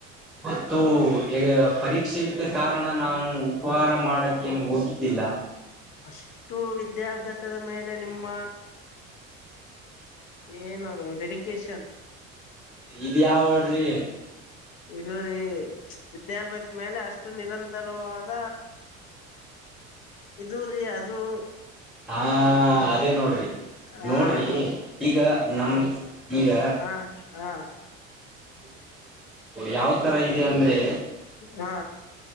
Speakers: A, in the centre; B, on the left (about 55°).
A: ಮತ್ತೂ ಇದೆ.. ಪರೀಕ್ಷೆ ಇದ್ದ ಕಾರಣ ಕಾರಣ ನಾವು ಉಪಹಾರ ಮಾಡಕ್ಕೇನು ಹೋಗಿದ್ದಿಲ್ಲ
B: ಅಷ್ಟು ವಿದ್ಯಾಭ್ಯಾಸದ ಮೇಲೆ ನಿಮ್ಮ ಏ ನಾನು ಡೆಡಿಕೇಶನ್.
A: ಇದು ಯಾವ ಹಾಡ್ ರೀ.
B: ಇದು ರೀ ವಿದ್ಯಾಭ್ಯಾಸ ಮೇಲೆ ಅಷ್ಟು ನಿರಂತರವಾದ. ಇದು ರೀ ಅದು.
A: ಹಾ ಅದೇ ನೋಡ್ರಿ
B: ಹ
A: ನೋಡ್ರಿ
B: ಹ
A: ಈಗ ನಮ ಈಗ.
B: ಹಾ ಹಾ.
A: ಯಾವ್ ತರ ಇದೆ ಅಂದ್ರೆ.
B: ಹಾ